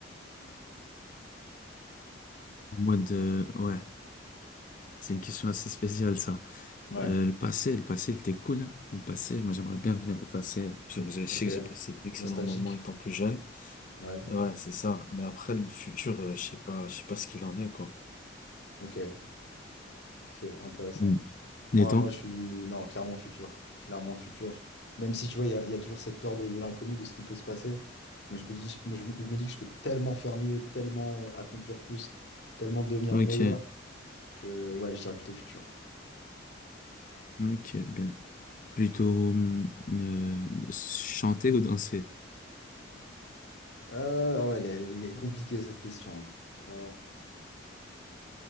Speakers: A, on the left; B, on the left.
A: En mode, euh, ouais, c'est une question assez spéciale, ça.
B: Ouais,
A: Euh, le passé, le passé, il était cool. hein. Le passé, moi, j'aimerais bien revenir au passé. Genre, je sais
B: ok.
A: que j'ai passé d'excellents
B: Nostalgique?
A: moments étant plus jeune.
B: Ouais,
A: Ouais, c'est ça. Mais après, le futur, euh, je sais pas, je sais pas ce qu'il en est, quoi.
B: ok, ok, intéressant.
A: Hmm.
B: Moi,
A: Et toi?
B: moi, je suis... Non, clairement futur. Clairement futur. Même si, tu vois, il y a, il y a toujours cette peur de, de l'inconnu, de ce qui peut se passer. Mais je me dis, mais je, me je me dis que je peux tellement faire mieux, tellement euh, accomplir plus, tellement devenir
A: Ok,
B: meilleur que, ouais, je dirais plutôt futur.
A: Mm. ok, bien. Plutôt hum, euh, chanter ou danser?
B: Euh, ah ouais, elle est, elle
A: <laughs>
B: est compliquée, cette question. hein. Euh,